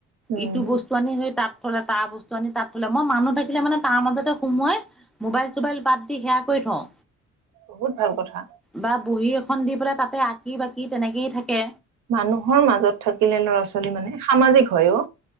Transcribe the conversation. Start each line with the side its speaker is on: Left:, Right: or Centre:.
Right: উম
Centre: ইটো বস্তু আনি সেই তাত ফালে তাৰ বস্তু নি তাত থলে মই মানুহ থাকিলে মানে তাৰ মাজতে সোমোৱাই- মোবাইল চোবাইল বাদ দি সেৱা কৰি থওঁ।
Right: বহুত ভাল কথা।
Centre: বা বহী এখন দি পেলাই তাতে আঁকি বাকি তেনেকেই থাকে।
Right: মানুহৰ মাজত থাকিলে ল'ৰা ছোৱালী মানে সামাজিক হয়ো।